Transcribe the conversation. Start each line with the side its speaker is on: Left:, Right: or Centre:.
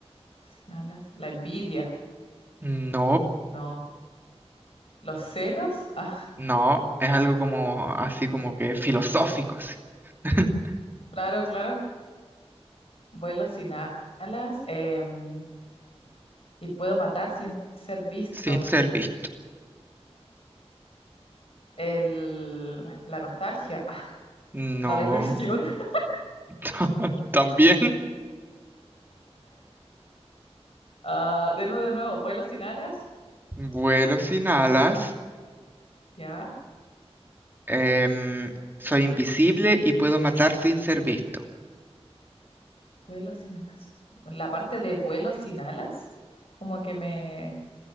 Left: Sin alas, la envidia.
Right: No,
Left: No. Los celos, <laughs> ah,
Right: no. Es algo como así como que filosófico. así. <laughs>
Left: claro, claro. Vuelo sin alas em, y puedo matar sin ser visto.
Right: Sin ser visto.
Left: El, la nostalgia, ah,
Right: No.
Left: la depresión. <laughs>
Right: <laughs> También.
Left: Ah, de nuevo, de nuevo, vuelo sin alas.
Right: Vuelo sin alas.
Left: Ya,
Right: em, soy invisible y puedo matar sin ser visto.
Left: vuelo sin alas. La parte de vuelo sin alas, como que me...